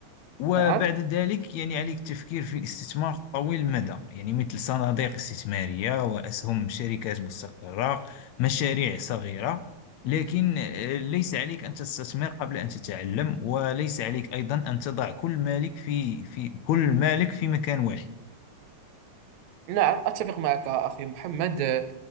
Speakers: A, on the left (about 75°); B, on the right (about 75°).
A: وبعد
B: نعم
A: ذلك يعني عليك التفكير في الاستثمار طويل المدى يعني مثل صناديق استثمارية وأسهم شركات مستقرة مشاريع صغيرة لكن آه، ليس عليك أن تستثمر قبل أن تتعلم وليس عليك أيضا أن تضع كل مالك في في كل مالك في مكان واحد
B: نعم أتفق معك أخي محمد